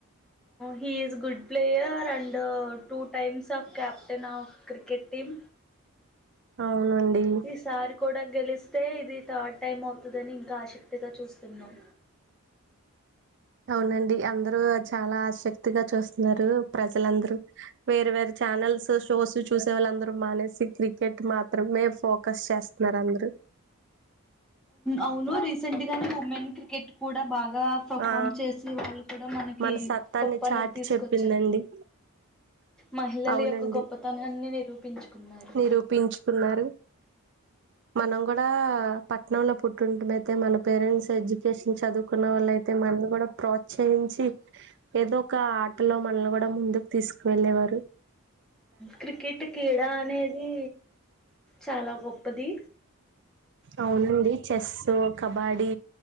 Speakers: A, in the centre; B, on the right (about 50°).
A: he is good player and two times of captain of cricket team
B: అవునండి
A: ఈసారి కూడా గెలిస్తే ఇది థర్డ్ టైం అవుతుందని ఇంకా ఆసక్తిగా చూస్తున్నాం
B: అవునండి అందరూ చాలా ఆసక్తి పూర్తిగా చూస్తున్నారు ప్రజలందరూ వేరు వేరు ఛానల్స్ షోస్ చూసే వాళ్ళందరూ మానేసి క్రికెట్ మాత్రమే ఫోకస్ చేస్త నర అందరూ
A: అవును రీసెంట్ గానే ఉమెన్ క్రికెట్ కూడా బాగా పర్ఫామ్
B: ఆ
A: చేసి వాళ్ళు కూడా మనకి
B: మన సత్తాన్ని
A: కప్పు అనేది
B: చాటి
A: తీసుకొచ్చారు
B: చెప్పిందండి
A: మహిళల
B: అవునండి
A: యొక్క గొప్పతనాన్ని నిరూపించుకున్నారు
B: నిరూపించుకున్నారు మనం కూడా పట్టణం లో పుట్టింట అయితే మన పేరెంట్స్ ఎడ్యుకేషన్ చదువుకున్న వాళ్ళ అయితే మన కూడా ప్రోత్సహించి ఏదో ఒక ఆటలో మనల్ని కూడా ముందుకు తీసుకు వెళ్ళేవారు
A: క్రికెట్ క్రీడా అనేది చాలా గొప్పది
B: అవునుండి చెస్సు కబడీ